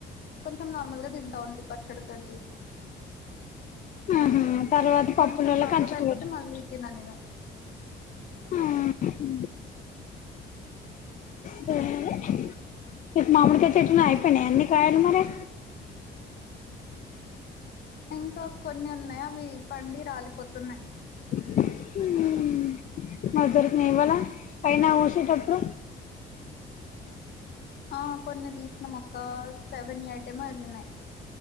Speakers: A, on the left; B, on the left.
A: కొంచెం నార్మల్ గా తింటావుండి పచ్చడితోటి
B: ఉ హు తర్వాత పప్పులలో
A: కొంచెం పాతది
B: అంచుకు
A: అయిపోతే
B: పెట్టుకుంటాం
A: మళ్ళీ తిననిగా
B: ఉ హు సరే మరి మీకు మామిడికాయ చెట్టు ఉండే కాయలు అన్నీ అయిపోయా
A: ఇంకా కొన్ని ఉన్నాయి అవి పండి రాలిపోతున్నాయి
B: ఉ అమ్మ దొరికినాయా ఇవాళ పైన ఊసేటప్పుడు
A: ఆ కొన్ని తీసిన అక్క సెవెన్ ఐటమ్ ఏమో వెళ్లినాయి